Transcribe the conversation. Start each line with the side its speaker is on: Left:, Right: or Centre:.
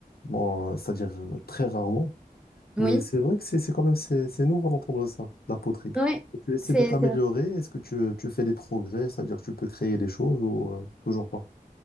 Left: non, euh, c'est-à-dire euh, très rarement.
Centre: Oui.
Left: Mais c'est vrai que c'est c'est quand même c'est c'est nouveau d'entendre ça, la poterie.
Centre: Oui,
Left: Et tu essaies
Centre: c'est
Left: de t'améliorer,
Centre: c'est vrai.
Left: est-ce que tu, tu fais des progrès, c'est-à-dire que tu peux créer des choses ou euh, toujours pas?